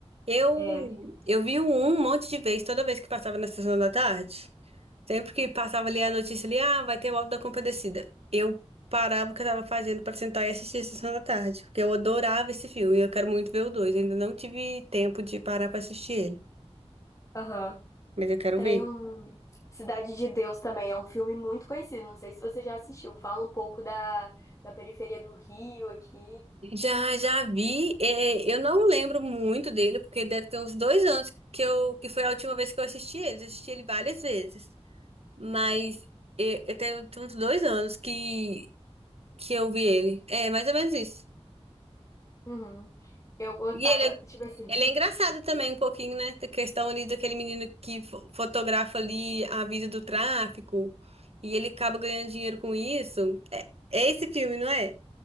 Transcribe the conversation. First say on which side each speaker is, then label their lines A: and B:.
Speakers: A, on the right; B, on the left.
A: Eu,
B: É,
A: eu vi o um um monte de vezes, toda vez que passava na sessão da tarde. Sempre que passava ali a notícia ali, ah, vai ter o Auto da Compadecida. Eu parava o que eu tava fazendo pra sentar e assistir a sessão da tarde, porque eu adorava esse filme e eu quero muito ver o dois. Ainda não tive tempo de parar pra assistir ele,
B: aham.
A: mas eu quero
B: Tem
A: ver.
B: um... Cidade de Deus também é um filme muito conhecido. Não sei se você já assistiu. Fala um pouco da, da periferia do Rio aqui.
A: Já, já vi. É, eu não lembro muito dele, porque deve ter uns dois anos que eu, que foi a última vez que eu assisti ele. Eu assisti ele várias vezes. Mas é, é, tem tem uns dois anos que, que eu vi ele. É, mais ou menos isso.
B: Uhum. Eu gostava,
A: E ele é,
B: tipo assim,
A: ele é engraçado também um pouquinho, né? Da questão ali daquele menino que fo- fotografa ali a vida do tráfico. E ele acaba ganhando dinheiro com isso. É, é esse filme, não é?